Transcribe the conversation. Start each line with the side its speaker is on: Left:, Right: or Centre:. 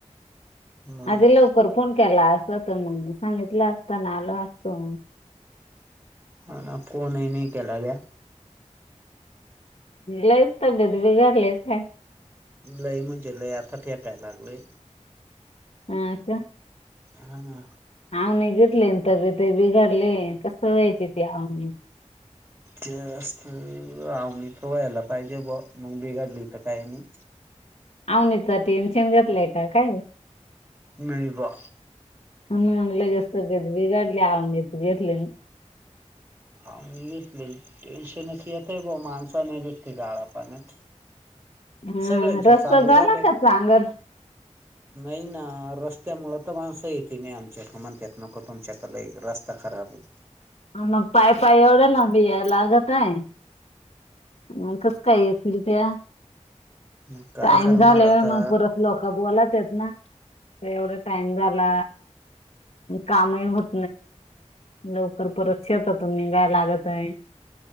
Right: मग
Left: आधी लवकर फोन केला असता तर मग सांगितल असता ना आल असतो.
Right: हा ना फोनही नाही केला ग
Left: लईस तब्बेत बिघाडीयेलस काय.
Right: लई म्हणजे लईआता फेकाय लागलय.
Left: हा का.
Right: ह ना.
Left: आवने घेतले तब्बेतय बिघाडलीये कस व्हायचे ती आवने.
Right: तेस्त आवणीत व्हायला पाहिजे बॉ मग बिघाडली तरी काही नाही.
Left: आवनीच टेन्शन घेतलय का काय?
Right: नाहीबा.
Left: अन म्हण लगेच तब्बेत बिघाडली आवनित घेतले.
Right: हामी घेतली टेन्शनच येत बॉ माणस नाही भेटली गाळा पाण्यात
Left: हा
Right: सगळ्यांच्या
Left: रस्ता
Right: चालू
Left: झाला
Right: झाल्यात
Left: का चांगर.
Right: नाही ना रस्त्या मुळ तर माणस येती नाही आमच्याक म्हणत्यात नको तुमच्याकड लई रस्ता खराब ये.
Left: मग पाय पाय एवढ्या लांब यायला लागतये. मग कस काय येतील त्या
Right: मग काय
Left: टाइम
Right: करणार
Left: झाल्या
Right: आता
Left: मग परत लक. बोलात्यात ना त एवढा टाइम झाला. कामही होत लवकर परत शेतातून निघाय लागतय.